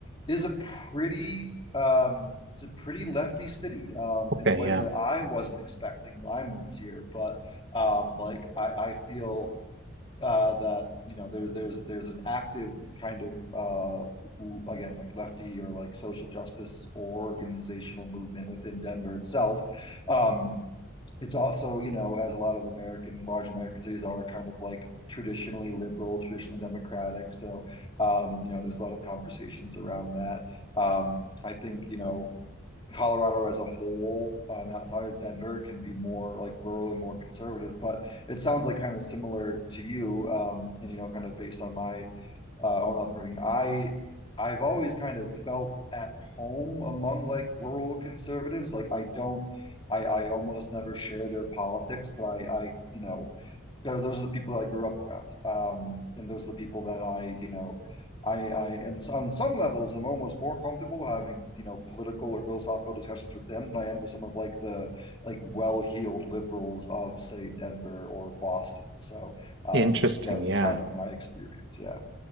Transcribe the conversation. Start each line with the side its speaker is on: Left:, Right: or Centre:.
Left: is a pretty um, it's a pretty lefty city um,
Right: Okay,
Left: in a way
Right: yeah.
Left: that I wasn't expecting when I moved here. But um, like I, I feel. uh, that you know there there's there's an active kind of uh, again like lefty or like social justice or organizational movement within Denver itself. Um, it's also you know as a lot of American large American cities are kind of like traditionally liberal, traditionally democratic. So um, you know there's a lot of conversations around that. Um, I think you know Colorado as a whole, um, outside of Denver, can be more like rural and more conservative. But it sounds like kind of similar to you, um, and you know, kind of based on my uh, own upbringing. I I've always kind of felt at home among like rural conservatives. Like I don't, I I almost never share their politics, but I I you know they're, those are the people that I grew up around, um, and those are the people that I, you know, I, I, and so on some levels, I'm almost more comfortable having, you know, political or philosophical discussions with them than I am with some of like the like well-heeled liberals of, say, Denver or Boston. So, um,
Right: Interesting.
Left: yeah, that's
Right: Yeah.
Left: kind of my experience. Yeah.